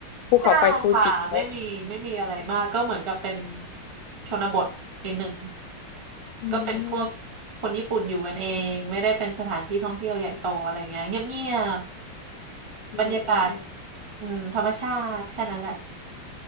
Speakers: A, on the left; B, on the right.
A: ภูเขาไฟฟูจิแล้ว
B: ใช่ค่ะไม่มีไม่มีอะไรมากก็เหมือนกับเป็นชนบทนิดหนึ่ง
A: อื
B: ก็เป็นพวก
A: ม
B: คนญี่ปุ่นอยู่กันเองไม่ได้เป็นสถานที่ท่องเที่ยวใหญ่โตอะไรเงี้ยเงียบ
A: อืมอืมอืม
B: บรรยากาศอืมธรรมชาติแค่นั้นแหละ <laughs>